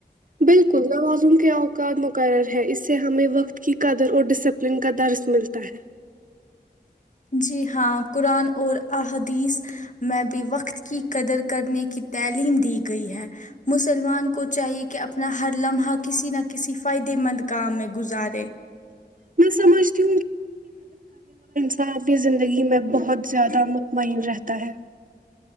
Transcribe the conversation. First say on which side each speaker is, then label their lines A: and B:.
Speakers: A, on the right; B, on the left.
A: بالکل نوازوں کیا قع مقرر ہے اس سے ہمیں وقت کی قدر اور ڈسپلن کا درس ملتا ہے
B: جی ہاں قرآن اور احادیث میں بھی وقت کی قدر کرنے کی تعلیم دی گئی ہے مسلمان کو چاہیے کہ اپنا ہر لمحہ کسی نہ کسی فائدے مند کام میں گزارے
A: میں سمجھتی تاکہ زندگی میں بہت بہت زیادہ مطمئن رہتا ہے